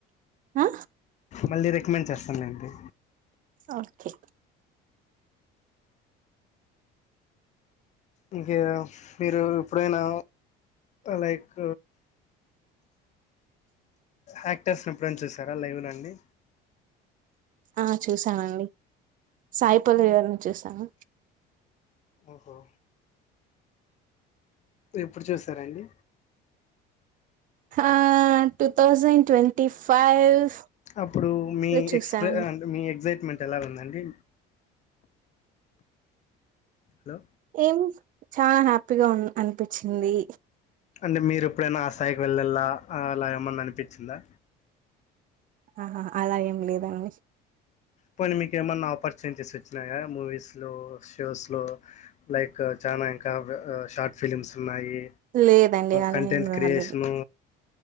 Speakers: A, on the right (about 45°); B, on the left (about 40°).
A: ఆ
B: మళ్ళీ రికమెండ్ చేస్తాన్లేండి
A: ఓకే
B: ఇంకా మీరు ఎప్పుడైనా లైక్ యాక్టర్స్ ని ఎప్పుడైనా చూసారా లైవ్‌లో అండి
A: ఆ చూసానండి, సాయిపల్లవి గారిని చూసాను.
B: ఓహో ఎప్పుడు చూసారండి?
A: ఆ టూ థౌసండ్ ట్వంటీ ఫైవ్
B: అప్పుడూ మీ
A: లో చూసానండి
B: ఎక్స్ మీ ఎగ్జైట్మెంట్ ఎలా ఉందండి హలో
A: ఏం చాలా హ్యాపీగా ఉన్ అనిపించింది
B: అంటే మీరు ఎప్పుడైనా ఆ స్థాయికి వెళ్ళాల అలా ఏమన్నా అనిపించిందా?
A: ఆహా అలా ఏం లేదండి
B: పోనీ మీకు ఏమన్నా ఆపర్చునిటీస్ వచ్చినాయా మూవీస్ లో షోస్ లో లైక్ చానా ఇంకా షార్ట్ ఫిలిమ్స్ ఉన్నాయి
A: లేదండి అలా
B: కంటెంట్
A: ఏం రాలేదు
B: క్రియేషను